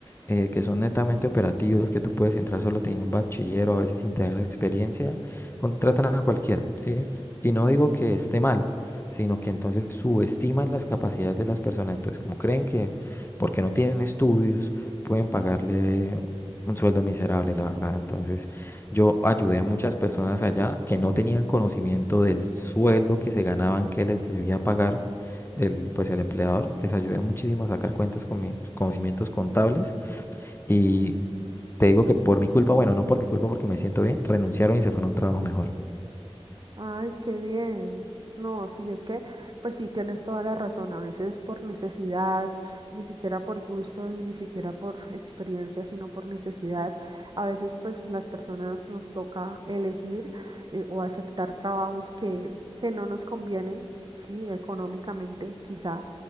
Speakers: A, on the left (about 20°); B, on the right (about 45°).
A: eh, que son netamente operativos, que tú puedes entrar solo teniendo un bachiller o a veces sin tener experiencia, contratan a cualquiera, ¿sí? Y no digo que esté mal, sino que entonces subestiman las capacidades de las personas. Entonces, como creen que porque no tienen estudios, pueden pagarle un sueldo miserable, la verdad. Entonces, yo ayudé a muchas personas allá que no tenían conocimiento del sueldo que se ganaban, que les debía pagar el, pues el empleador, les ayudé muchísimo a sacar cuentas con mis conocimientos contables y te digo que por mi culpa, bueno, no por mi culpa porque me siento bien, renunciaron y se fueron a un trabajo mejor.
B: Ay, qué bien. No, sí, es que, pues sí, tienes toda la razón. A veces por necesidad, ni siquiera por gusto y ni siquiera por experiencia, sino por necesidad. A veces, pues las personas nos toca elegir eh, o aceptar trabajos que, que no nos convienen, sí, económicamente quizá,